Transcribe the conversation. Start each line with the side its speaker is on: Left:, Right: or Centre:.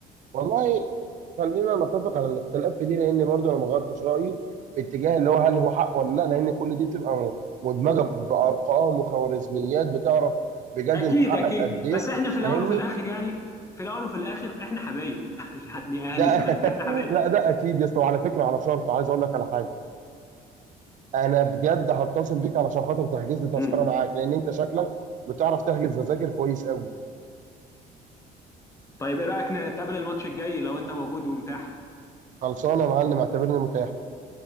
Right: والله خلينا نتفق على الاختلاف في دي لان برضو انا ما غيرتش رايي في اتجاه اللي هو هل هو حق ولا لا لان كل دي بتبقى م- مدمجه بارقام وخوارزميات بتعرف بجد
Left: اكيد
Right: انت حقك
Left: اكيد
Right: قد ايه
Left: بس احنا في
Right: فاهمني
Left: الاول وفي الاخر يعني في الاول وفي الاخر احنا حبايب <laughs> يعني اهلي
Right: ده <laughs>
Left: زمالك احنا حبايب
Right: لا ده اكيد يا اسطى وعلى فكره على شرط عايز اقول لك على حاجه انا بجد هتصل بيك علشان خاطر تحجز لي تذكره
Left: مم.
Right: معاك لان انت شكلك بتعرف تحجز تذاكر كويس قوي
Left: طيب ايه رايك نتقابل الماتش الجاي لو انت موجود ومتاح
Right: خلصانه يا معلم اعتبرني متاح